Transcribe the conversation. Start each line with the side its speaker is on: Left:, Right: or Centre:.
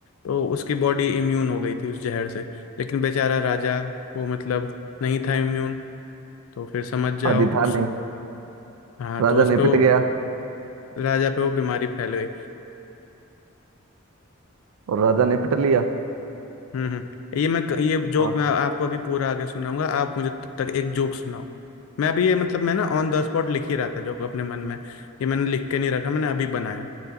Left: तो उसकी बॉडी इम्यून हो गई थी उस जहर से लेकिन बेचारा राजा वो मतलब नहीं था इम्यून तो फिर समझ जाओ
Right: आदि था
Left: उस
Right: नहीं
Left: हाँ
Right: राजा
Left: तो उस
Right: निपट
Left: पे वो
Right: गया
Left: राजा पे वो बीमारी फैल गई
Right: और राजा निपट लिया
Left: हम्म हम्म ये मैं ये जोक
Right: हाँ
Left: मैं आपको अभी पूरा आगे सुनाऊंगा आप मुझे तब तक एक जोक सुनाओ मैं अभी ये मतलब मैं ना ऑन द स्पॉट लिख ही रहा था जोक अपने मन में ये मैंने लिख के नहीं रखा मैंने अभी बनाया